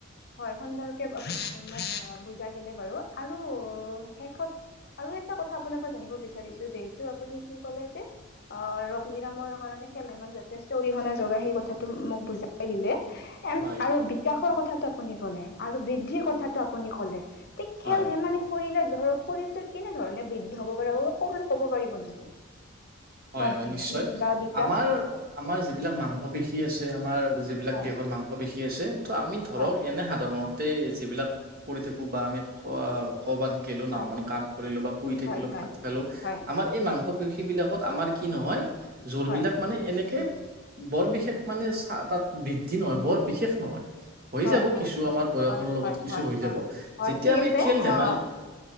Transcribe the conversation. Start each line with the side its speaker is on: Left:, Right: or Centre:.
Left: হয় সুন্দৰকে <unintelligible> আ বুজাই দিলে বাৰু আৰু শেষত আৰু এটা কথা আপোনাৰ পৰা জানিব বিচাৰিছো যিহেতু আপুনি কি কলে যে আহ <unintelligible> ৰগ্নিৰামৰ কাৰণে এনে খেল ধেমালি যথেষ্ট অৰিহণা জগাই সেই কথাটো মোক বুজাই দিলে এম
Right: হয়
Left: আৰু বিকাশৰ কথাটো আপুনি কলে আৰু বৃদ্ধিৰ কথাটো আপুনি ক'লে খেল
Right: হয়
Left: ধেমালি কৰিলে ধৰক শৰীৰটো কেনে ধৰণে বৃদ্ধি হব পাৰে অকমান কব পাৰিব নেকি
Right: হয়
Left: বা
Right: হয়
Left: বৃদ্ধি
Right: নিশ্চয়
Left: বা বিকাশ
Right: আমাৰ আমাৰ যিবিলাক মাংস পেশী আছে আমাৰ যিবিলাক
Left: হয়
Right: দেহৰ মাংস পেশী আছে ত' আমি ধৰক
Left: হয়
Right: এনে সাধাৰণতে তে যিবিলাক কৰি থাকোঁ বা আমি কৰ'বাত গেলো না
Left: হয়
Right: <unintelligible> মান কাম কৰিলো বা শুই থাকিলো
Left: হয় হয়
Right: ভাত খালো
Left: হয়
Right: আমাৰ এই মাংস পেষী বিলাক আমাৰ কি নহয় জোৰ
Left: হয়
Right: বিলাক মানে এনেকে বৰ বিশেষ মানে চা তাত বৃদ্ধি নহয় বৰ বিশেষ নহয় হৈ
Left: হয়
Right: যাব
Left: হয়
Right: কিছু
Left: হয়
Right: আমাৰ বয়সৰ
Left: হয়
Right: লগত
Left: হয়
Right: কিছু
Left: হয়
Right: হৈ
Left: হয়
Right: যাব
Left: হয়
Right: যেতিয়া
Left: ঠিক
Right: আমি
Left: আছে
Right: খেল ধেমালি
Left: আহ